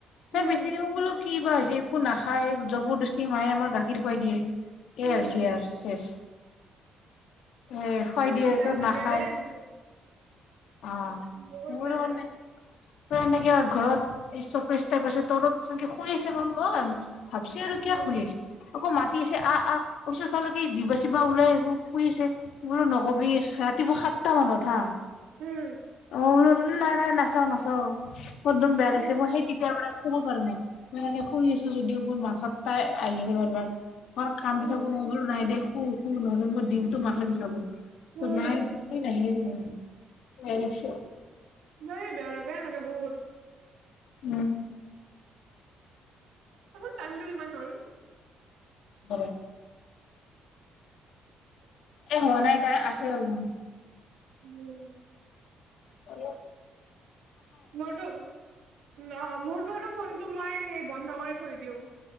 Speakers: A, on the right (about 80°); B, on the left (about 80°).
A: উম
B: এ বেছি দিব বোলো কি বা হৈছে একো নাখায় জবৰদস্তি মায়ে আমাৰ গাখীৰ খুৱাই দিয়ে এই
A: উম
B: হৈছে আৰু শেষ এ হয়
A: এই
B: দি এইচব
A: বেয়া লাগে
B: নাখায়
A: দেই এনেকে
B: অ
A: বহুত
B: মোৰ
A: বেয়া
B: লগত
A: লাগে
B: নে এনেকে ঘৰত স্তপেজ তাইপ আছে তলত ছাগে শুই আছে ম‌ই মন ভাবছি আৰু কিয়
A: উম
B: শুই আছে আকৌ মাতি আছে আহ আহ ওচৰ চালো কি জিভা চিভা ওলাই আহো শুই আছে বোলো নক'বি ৰাতিপুৱা সাত তা মানত হা
A: হম
B: মই বোলো নাই নাই নাচাওঁ নাচাওঁ অহ্ একদম বেয়া লাগিছে
A: উম
B: মই সেই তেতিয়া পৰা শুব পাৰা নাই মই এনেকে শুই আছো যদিও মোৰ মাথাত তাই আহি আছে বাৰ বাৰ। কল কান্দি
A: উম
B: থাকো মই বোলো নাই দেখোঁ। নহ'লে মই দিনটো মাথা বিষাব
A: উম
B: ত নাই ত ন ম ম নিশ
A: ন বেয়া লগে এনেকে বহুত
B: উম
A: অ টাইমটো কিমান হল
B: হয়
A: <unintelligible>
B: এ হোৱা নাই তাই আছে অলপমান।
A: উম
B: অ
A: ম তো অ মোৰ ফোনটো মই সেই বন্ধ কৰি থৈ দিওঁ।